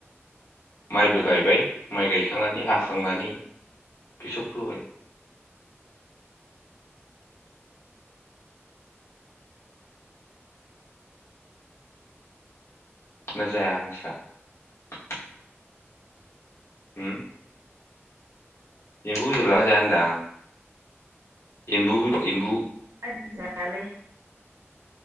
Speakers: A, on the left; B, on the right.
A: माइबो
B: उम
A: गायबाय माइ गायख खांनानै हाखांनानै बेसर फोबाय ना जायांस्रा <unintelligible> ओम एमबु बेदर जाहोना जाया होनदो आं <unintelligible> एम्बु बेदर एम्बु
B: ओत आयालै